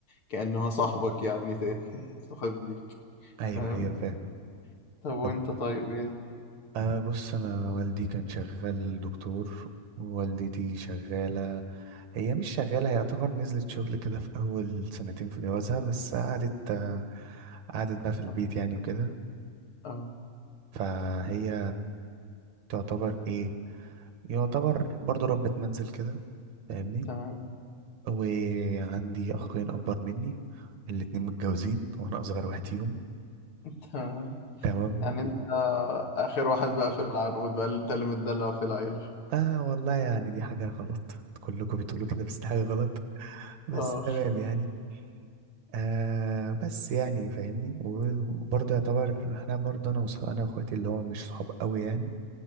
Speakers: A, on the left; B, on the right.
A: كأنها صاحبك يعني تاني <laughs> صاحب ليك
B: ايوه
A: فاهم؟
B: ايوه فاهم
A: طب وأنت
B: طب
A: طيب إيه؟
B: أه بص أنا والدي كان شغال دكتور ووالدتي شغالة هي مش شغالة هي يعتبر نزلت شغل كده في أول سنتين في جوازها بس قعدت آه، قعدت بقى في
A: تمام
B: البيت يعني وكده
A: أه
B: فهي تعتبر إيه يعتبر برضو ربة منزل كده فاهمني
A: تمام
B: وعندي أخين أكبر مني الاتنين متجوزين وأنا أصغر واحد فيهم
A: تمام
B: تمام
A: يعني أنت آخر واحد بقى في العنقود بقى اللي أنت اللي متدلع في العيلة
B: آه والله يعني دي حاجة غلط كلكم بتقولوا كده بس دي حاجة غلط بس
A: أه
B: تمام يعني آه بس يعني فاهمني وبرضه يعتبر احنا برضه انا وصح... انا واخواتي اللي هو مش صحاب قوي يعني